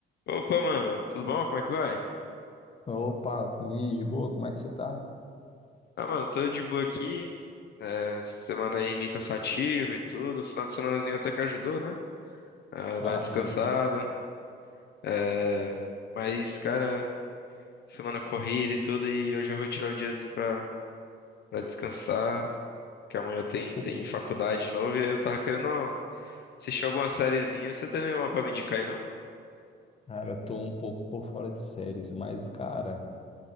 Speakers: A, on the left; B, on the left.
A: Opa, mano, tudo bom? Como é que vai?
B: Opa, e de boa, como é que você tá?
A: Ah, mano, tô de boa aqui. É, semana aí meio cansativa e tudo. Final de semanazinho até que ajudou, né? A
B: Ah,
A: dar uma descansada.
B: sim.
A: É, mas, cara, semana corrida e tudo. E hoje eu vou tirar o diazinho pra, pra descansar. Que amanhã tem,
B: Você,
A: tem faculdade de novo. E aí eu tava querendo assistir alguma sériezinha. Você tem nenhuma pra me indicar aí, não?
B: cara, tô um pouco por fora de séries, mas, cara,